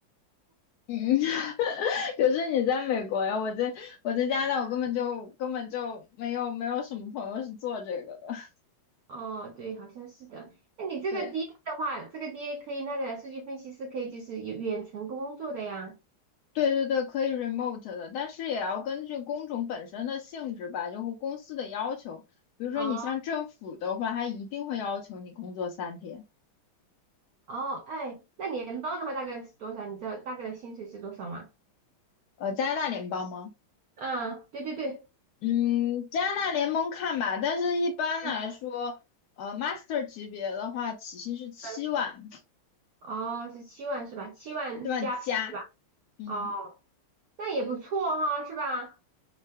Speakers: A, on the left (about 80°); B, on the right (about 90°).
A: 嗯，<laughs> 可是你在美国呀，我在我在加拿大，我根本就根本就没有没有什么朋友是做这个的。<laughs>
B: 哦，对，好像是的。那你这个
A: 对
B: DA 的话，这个 DA 可以那个的数据分析师可以就是有远程工作的呀。
A: 对对对，可以 remote 的，但是也要根据工种本身的性质吧，就是公司的要求。比如说你像政府的话，
B: 哦
A: 它一定会要求你工作三天。
B: 哦，哎，那联邦的话大概是多少？你知道大概的薪水是多少吗？
A: 呃，加拿大联邦吗？
B: 嗯，对对对，
A: 嗯，加拿大联盟看吧，但是一般来说，
B: 嗯
A: 呃，master 级别的话，起薪是七万，
B: 嗯，哦，是七万是吧？七万加对吧？
A: 七万加。嗯。
B: 哦，那也不错哈，是吧？